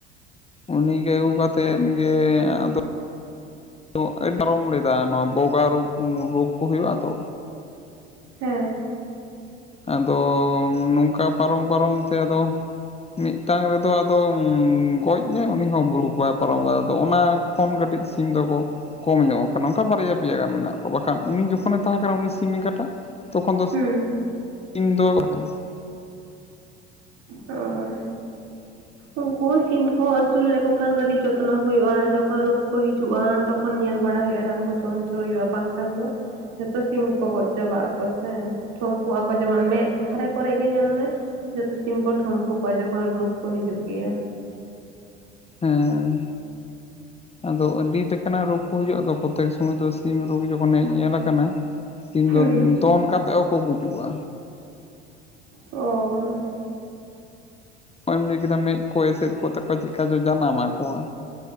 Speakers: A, on the left; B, on the right.
A: ᱩᱱᱤ ᱜᱮ ᱟᱹᱜᱩ ᱠᱟᱛᱮᱫ ᱜᱮ ᱟᱫᱚ <unintelligible> ᱞᱮᱫᱟ ᱱᱚᱣᱟ ᱵᱚᱜᱟ ᱨᱳᱜᱽ ᱨᱳᱜᱽ ᱠᱚ ᱦᱩᱭᱩᱜ-ᱟ ᱛᱚ᱾
B: ᱦᱮᱸ᱾
A: ᱟᱫᱚ ᱱᱚᱝᱠᱟ ᱯᱟᱨᱚᱢ ᱯᱟᱨᱚᱢ ᱛᱮ ᱟᱫᱚ ᱢᱤᱫᱴᱟᱝ ᱨᱮᱫᱚ ᱟᱫᱚ ᱜᱚᱡ ᱱᱟᱭ ᱩᱱᱤ ᱦᱚᱸ <unintelligible> ᱵᱟᱭ ᱯᱟᱨᱚᱢ ᱫᱟᱲᱮᱣᱟᱫᱟ᱾ ᱟᱫᱚ ᱚᱱᱟ ᱠᱷᱚᱱ ᱠᱟᱹᱴᱤᱡ ᱥᱤᱢ ᱫᱚᱠᱚ ᱠᱚᱢ ᱧᱚᱜ ᱟᱠᱟᱱᱟ, ᱚᱱᱠᱟ ᱵᱟᱨᱭᱟ ᱯᱮᱭᱟ ᱜᱟᱱ ᱢᱮᱱᱟᱜ ᱠᱚᱣᱟ ᱵᱟᱠᱷᱟᱱ ᱩᱱᱤ ᱡᱚᱠᱷᱚᱱᱮ ᱛᱟᱦᱮᱸ ᱠᱟᱱᱟ ᱩᱱᱤ ᱥᱤᱢ ᱮᱸᱜᱟ ᱴᱟᱜ ᱛᱚᱠᱷᱚᱱ ᱫᱚ
B: ᱦᱩᱸ᱾
A: <unintelligible>
B: ᱦᱳᱭ᱾
A: <inaudible>
B: ᱩᱱᱠᱩ ᱥᱤᱢ ᱠᱚᱦᱚ ᱟᱹᱥᱩᱞ ᱞᱮᱠᱚ ᱠᱷᱟᱱ ᱠᱟᱹᱴᱤᱡ ᱡᱚᱛᱱᱚ ᱦᱩᱭᱩᱜ-ᱟ ᱡᱚᱠᱷᱚᱱ ᱨᱳᱜᱽ ᱠᱚ ᱦᱤᱡᱩᱜ-ᱟ ᱛᱚᱠᱷ ᱠᱚᱱ ᱧᱮᱞ ᱵᱟᱲᱟ ᱦᱩᱭᱩᱜ-ᱟ, ᱨᱟᱱ ᱠᱚ ᱡᱚᱢ ᱦᱚᱪᱚ ᱦᱩᱭᱩᱜ-ᱟ᱾ ᱵᱟᱝᱠᱷᱟᱱ ᱫᱚ ᱡᱷᱚᱛᱚ ᱥᱤᱢ ᱜᱮᱠᱚ ᱜᱚᱡ ᱪᱟᱵᱟᱜ ᱟᱠᱚ ᱥᱮ᱾ ᱴᱷᱩᱢᱯᱩᱜ ᱟᱠᱚ᱾ ᱡᱮᱢᱚᱱ ᱢᱮᱫ ᱫᱷᱟᱨᱮ ᱠᱚᱨᱮ ᱜᱮ ᱧᱮᱞ ᱢᱮ ᱡᱚᱛᱚ ᱥᱤᱢ ᱠᱚ ᱴᱷᱢᱯᱩ ᱠᱚ-ᱟ ᱡᱚᱠᱷᱚᱱ ᱨᱳᱜᱽ ᱠᱚ ᱦᱤᱡᱩᱜ ᱜᱮᱭᱟ᱾
A: ᱦᱮᱸ᱾ ᱟᱫᱚ ᱟᱹᱰᱤ ᱴᱮᱠᱟᱱᱟᱜ ᱨᱳᱜᱽ ᱠᱚ ᱦᱤᱡᱩᱜ-ᱟ ᱛᱚ᱾ ᱠᱚᱛᱮᱠ ᱥᱚᱢᱚᱭ ᱫᱚ ᱥᱤᱢ ᱨᱳᱜᱽ ᱡᱚᱠᱷᱚ ᱦᱮᱡ ᱧᱮᱞ ᱟᱠᱟᱱᱟ ᱥᱤᱢ
B: ᱦᱩᱸ
A: ᱫᱚ ᱫᱚᱱ ᱠᱟᱛᱮᱜ ᱦᱚᱸᱠᱚ ᱜᱩᱡᱩᱜᱼᱟ᱾
B: ᱚ᱾
A: ᱦᱚᱸᱜ-ᱚᱭᱮᱢ ᱞᱟᱹᱭ ᱠᱮᱫᱟ ᱢᱮᱫ ᱠᱚ ᱮᱥᱮᱫ ᱠᱚᱜ ᱛᱟᱠᱚᱭᱟ, ᱪᱮᱫᱠᱟ ᱪᱚ ᱡᱟᱱᱟᱢ ᱟᱠᱚᱣᱟ᱾